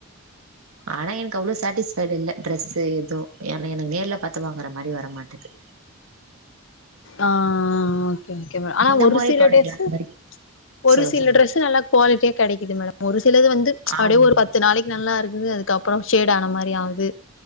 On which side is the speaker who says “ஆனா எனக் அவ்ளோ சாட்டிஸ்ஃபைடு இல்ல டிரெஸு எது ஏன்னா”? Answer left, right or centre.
Right